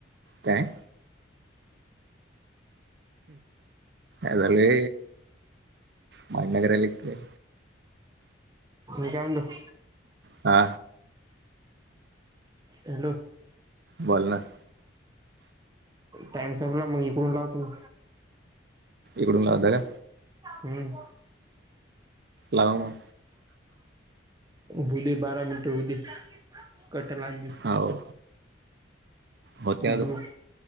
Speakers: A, on the right; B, on the right.
A: काय आले माय नगर एक
B: हे का म्हध
A: हा
B: हॅलो
A: बोल ना
B: टाइम संपला मग इकडून लावतेो मी
A: इकडून लावता का
B: हम्म
A: लावून
B: भोली बारा मिनटे होदी कट लागली
A: हो होते आता
B: ग्रुप